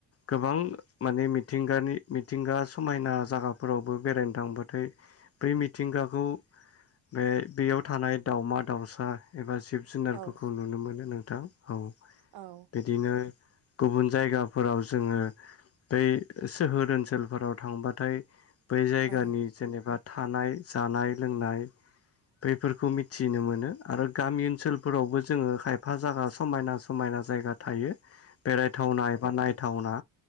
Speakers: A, on the left; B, on the right.
A: गोबां माने मिथिंगानि मिथिंगा समायना जागाफोरावबो बेरायनो थांबाथाय बै मिथिंगाखौ बे बेयाव थानाय दावमा दाउसा एबा जिब जुनारफोरखौ
B: औ
A: नुनो मोनो नोंथां औ
B: औ
A: बिदिनो गुबुन जायगाफोराव जोङो बै सोहोर ओनसोलफोराव थांबा थाय बै जायगानि
B: औ
A: जेनेबा थानाय जानाय लोंनाय बेफोरखौ मिथिनो मोन नो गामि ओनसोलफोरावबो जोङो खायफा जागा समायना समायना जायगा थायो। बेरायथावना एबा नायथावना